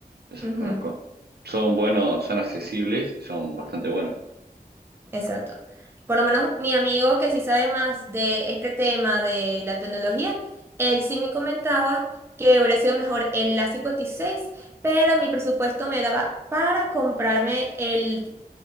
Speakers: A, on the right (about 80°); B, on the right (about 15°).
A: esos
B: Ujú.
A: los conozco. Son buenos, son accesibles, son bastante buenos.
B: Exacto. Por lo menos mi amigo que sí sabe más de este tema de la tecnología, él sí me comentaba que hubiera sido mejor el a cincuenta y seis, pero mi presupuesto me daba para comprarme el,